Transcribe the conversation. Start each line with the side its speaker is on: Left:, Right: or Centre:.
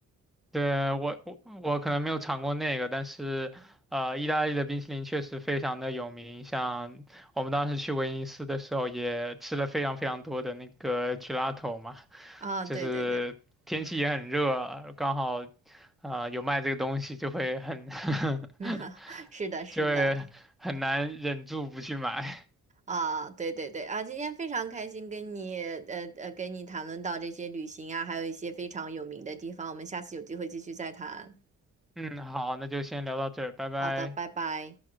Centre: 对，我我我可能没有尝过那个，但是，呃，意大利的冰淇淋确实非常的有名。像我们当时去威尼斯的时候，也吃了非常非常多的那个 gelato 嘛，
Right: 啊，
Centre: 就是天气也很热，
Right: 对对对，
Centre: 刚好，呃，有卖这个东西，就会很
Right: <laughs>
Centre: <laughs>
Right: 是的，是的。
Centre: 就会很难忍住不去买。
Right: 啊，对对对啊，今天非常开心跟你呃呃跟你谈论到这些旅行啊，还有一些非常有名的地方，我们下次有机会继续再谈。
Centre: 嗯，好，那就先聊到这儿，拜拜。
Right: 好的，拜拜。